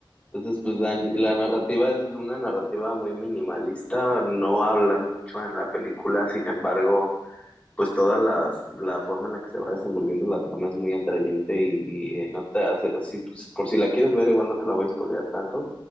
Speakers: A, on the left (about 15°); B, on the right (about 50°).
A: Entonces,
B: mm,
A: pues la, la
B: Ok. <laughs>
A: narrativa es una narrativa muy minimalista, no hablan mucho en la película, sin embargo, pues toda la, la forma en la que se va desenvolviendo la trama es muy atrayente y, y, eh, no te hace, si, pues, por si la quieres ver, igual no te la voy a spoilear tanto,